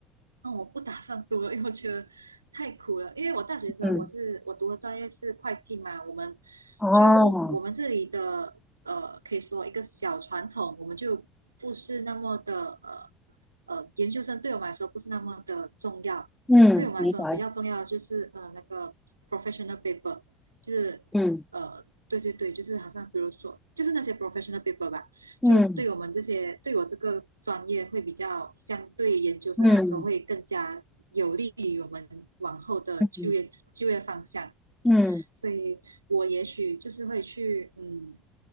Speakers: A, on the right (about 85°); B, in the centre.
A: 那我不打算读了，因为我觉得太苦了。因为我大学生，
B: 嗯，
A: 我是我读的专业是会计嘛，我们
B: 哦，
A: 就我们这里的呃，可以说一个小传统，我们就不是那么的呃呃，研究生对我们来说不是那么的重要，
B: 嗯，
A: 对我们来说比较重要的就是呃那个
B: 明白，
A: professional paper，就是呃对对对，
B: 嗯
A: 就是好像比如说就是那些 professional paper 吧。
B: 嗯
A: 就对我们这些对我这个专业会比较相对研究生来说会更加有利于我们往后的就业就业方向，
B: 嗯嗯嗯。
A: 所以我也许就是会去嗯